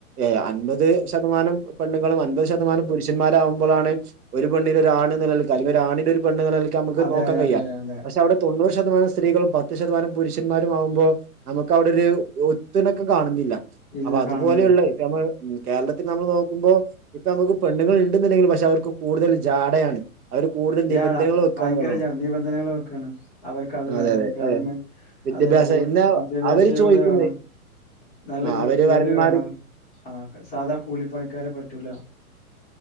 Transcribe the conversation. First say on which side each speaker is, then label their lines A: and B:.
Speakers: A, on the right (about 90°); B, in the centre.
A: ഏയ് അൻപത് ശതമാനം പെണ്ണുങ്ങളും അൻപത് ശതമാനം പുരുഷന്മാരകുമ്പോഴാണ് ഒരു പെണ്ണിന് ഒരു ആണ് എന്ന നിലക്ക് അല്ലെങ്കിൽ ഒരു ആണിന് ഒരു പെണ്ണ് എന്ന് നിലക്ക് നമുക്ക്
B: അതെ
A: നോക്കാൻ
B: അതെ
A: കഴിയാ
B: അതെ അതെ അതെ
A: പക്ഷ് തൊണ്ണൂറ് ശതമാനം സ്ത്രീകളും പത്ത് ശതമാനം പുരുഷന്മാരും ആകുമ്പോ നമുക്ക് അവിടെ ഒരു ഒത്ത്ണക്കം കാണുന്നില്ല
B: ഇല്ല
A: അപ്പൊ അതുപോലെയുള്ളത്
B: കാണുന്നില്ല
A: നമ്മൾ കേരളത്തിൽ നമ്മൾ നോക്കുമ്പോൾ ഇപ്പൊ നമുക്ക് പെണ്ണുൾ ഉണ്ടന്നുണ്ടെങ്കിൽ പക്ഷെ അവർക്ക് കൂടുതൽ ജാടയാണ് അവര് കൂടുതൽ
B: ജാടാ
A: നിബന്ധനകൾ വെക്കാണെന്നുള്ളതാണ്
B: ഭയങ്കര ജാട നിബന്ധനകൾ വെക്കാണ് അവർക്കത് വേണം
A: അതെ അതെ
B: ഗവൺമെന്റ്
A: അതെ വിദ്യാഭ്യാസം
B: അതായത് ജോ
A: എന്നാ
B: വിദ്യാഭ്യാസ
A: അവര്
B: യോഗ്യത
A: ചോദിക്കുന്നത്
B: വേണം നല്ല
A: ആ
B: ജോ
A: അവര്
B: ജോലി
A: വരന്മാര്
B: വേണം ആഹ് സാധാ കൂലിപ്പണിക്കാരെ പറ്റൂല